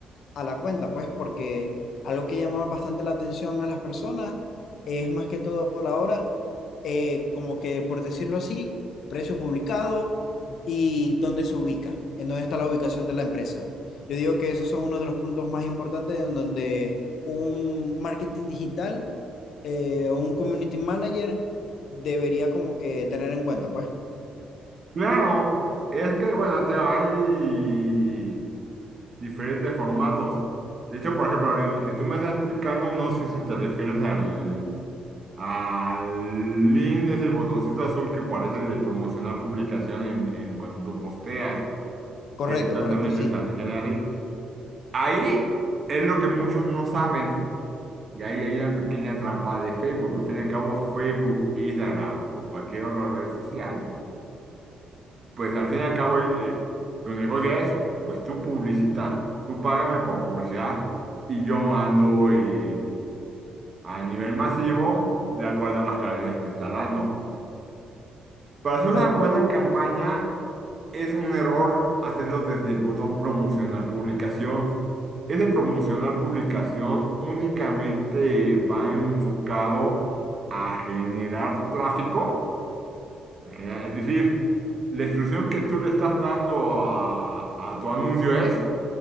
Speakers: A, on the left (about 70°); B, on the right (about 40°).
A: a la cuenta, pues, porque algo que llama bastante la atención a las personas es más que todo la hora, eh, como que por decirlo así, precio publicado y dónde se ubica, en dónde está la ubicación de la empresa. Yo digo que esos son uno de los puntos más importantes en donde un marketing digital eh, o un community manager debería como que tener en cuenta, pues.
B: Claro, es que bueno, Teo, hay diferentes formatos. De hecho, por ejemplo, el que tú me estás explicando, no sé si te refieres al, Alin es el botoncito azul que parece de promocionar publicación en, en cuando tú posteas,
A: Correcto,
B: que exactamente
A: correcto, sí.
B: o sea, se genera así. Ahí es lo que muchos no saben. Y ahí hay una pequeña trampa de Facebook. Al fin y al cabo, Facebook, Instagram o cualquier otra red social, pues al fin y al cabo eh, tu negocio es, pues tú publicita, tú págame por publicidad y yo mando eh, a nivel masivo de acuerdo a las calidades que está dando. Para hacer
A: Claro,
B: una buena
A: claro.
B: campaña es un error hacerlo desde el botón promocionar publicación. Ese promocionar publicación únicamente va enfocado a generar tráfico, a generar- es decir, la instrucción que tú le estás dando a, a tu anuncio es